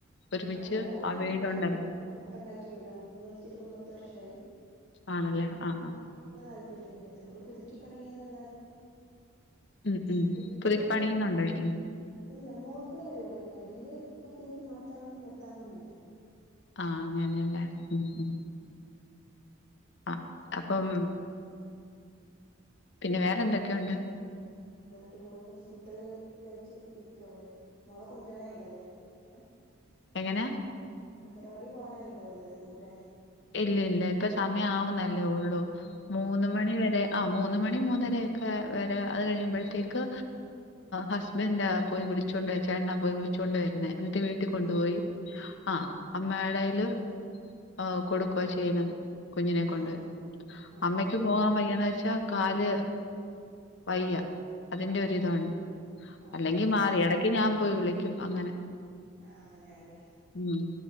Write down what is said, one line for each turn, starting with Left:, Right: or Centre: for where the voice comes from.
Left: ഒരുമിച്ച്
Right: ആ ഇവിടെ
Left: ആ വീടുണ്ടല്ലോ
Right: ഇവിടെങ്ങന ഉപ്പ ഉണ്ടാക്കിയ വീടാണ് ഉപ്പ മരിച്ചിട്ട് ഇപ്പം പത്ത് വർഷം ആയി
Left: ആണല്ലേ ആ
Right: ഹസ്‌ബെൻഡിന് <unintelligible> അത്ര താല്പര്യൊന്നുമല്ല ഇത് അങ്ങനെ പുതുക്കി പണിയാന്നല്ലാതെ
Left: ഉം ഉം
Right: അടിയിലെ
Left: പുതുക്കി
Right: പരിപാടി
Left: പണിയുന്നുണ്ടോ ഇനി
Right: ഇല്ല മോൾക്കുള്ള പരിപാടിയായിരുന്നു അടിയില് പ്രത്യേകിച്ച് മാറ്റാന്നും വരുത്താനൊന്നുമില്ല
Left: ആഹ് അങ്ങനെയല്ലേ ഉം ഉം ആ അപ്പം പിന്നെ വേറെ എന്തൊക്കെയുണ്ട്
Right: നന്നായിട്ടു പോണു ഫുഡൊക്കെ കഴിച്ച് ഇരിക്കുവാ ഇവിടെ മോളെ കൊണ്ടുവരാൻ ആയി ഇണ്ടാവും ഇല്ലേ ഇന്ന്
Left: എങ്ങനാ
Right: അംഗനവാടി പോവാനായി ഉണ്ടാവുലല്ലോ കൊണ്ടുവരാനെ
Left: ഇല്ല ഇല്ല ഇപ്പ സമയം ആവുന്നല്ലേയുള്ളു മൂന്ന് മണി വരെ ആ മൂന്ന് മണി മൂന്നരൊക്കെ വരെ അത് കഴിയുമ്പോഴത്തേക്ക് ഹസ്ബൻഡ് ആ പോയി വിളിച്ചു- ചൊണ്ട് വരും ചേട്ടനാ പോയി വിളിച്ചൊണ്ടവരുന്നേ എന്നിട്ട് വീട്ടിൽ കൊണ്ടുപോയി
Right: ഏഹ്
Left: ആ അമ്മേടെ കൈയില് ഔ- കൊടുക്കുക ചെയ്യുന്നത് കുഞ്ഞിനെ കൊണ്ട്
Right: ഏഹ് ആഹ്
Left: അമ്മയ്ക്ക്
Right: ആഹ്
Left: പോകാൻ വയ്യതായപ്പോ ച്ച കാല് വയ്യ അതിന്റെ ഒരിതു
Right: ആഹ്
Left: ഉണ്ട്
Right: ആഹ്
Left: അല്ലെങ്കി
Right: ആഹ് ആഹ് ആഹ്
Left: മാറി ഇ ടക്ക് ഞാൻ പോയി വിളിക്കും അങ്ങനെ
Right: ആഹ് അങ്ങനെയാവുല്ലേ
Left: ഉ